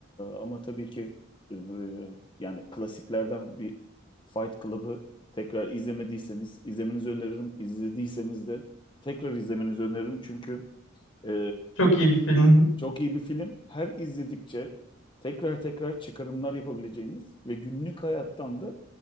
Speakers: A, on the left (about 25°); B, on the left (about 75°).
A: ama tabii ki e, yani klasiklerden bir Fight Club'ı tekrar izlemediyseniz izlemenizi öneririm. İzlediyseniz de tekrar izlemenizi öneririm. Çünkü e,
B: Çok iyi bir film.
A: Çok iyi bir film. Her izledikçe tekrar tekrar çıkarımlar yapabileceğiniz ve günlük hayattan da